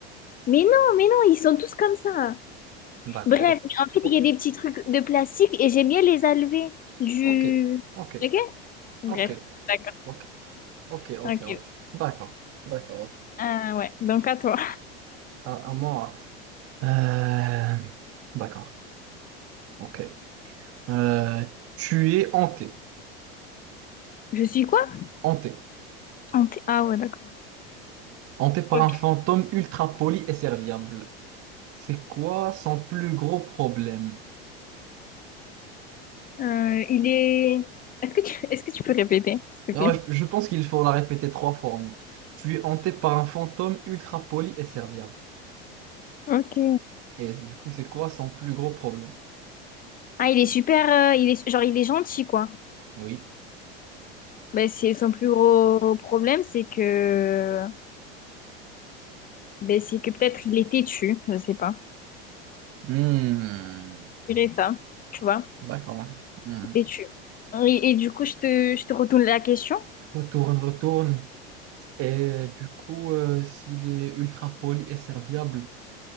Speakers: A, on the left; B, on the right.
A: Mais non, mais non, ils sont tous comme ça.
B: D'accord.
A: Bref, en fait,
B: Ok,
A: il y a des petits trucs de plastique et j'aime bien les enlever du...
B: ok, ok,
A: Ok? Bref,
B: ok,
A: d'accord.
B: ok, ok, ok,
A: Ok.
B: ok. D'accord, d'accord, ok.
A: Euh, ouais, donc à toi.
B: À, à moi. Euh, D'accord, ok. Euh, tu es hanté,
A: Je suis quoi?
B: hanté,
A: Anté- Ah ouais, d'accord.
B: hanté par
A: Ok.
B: un fantôme ultra poli et serviable. C'est quoi son plus gros problème?
A: Euh, il est... Est-ce que tu... Est-ce que tu peux répéter, s'il
B: Alors,
A: te plaît?
B: je, je pense qu'il faut la répéter trois fois. hein. Tu es hanté par un fantôme ultra poli et serviable.
A: Ok.
B: Et du coup, c'est quoi son plus gros problème?
A: Ah, il est super... euh, il est... Genre, il est gentil, quoi.
B: Oui.
A: Ben, c'est son plus gros problème, c'est que ben, c'est que peut-être il est têtu, je sais pas.
B: Hmm,
A: Je dirais ça, tu vois,
B: D'accord. Hmm.
A: têtu. Et, et du coup, je te, je te retourne la question.
B: Retourne, retourne. Et euh, du coup, euh, s'il est ultra poli et serviable,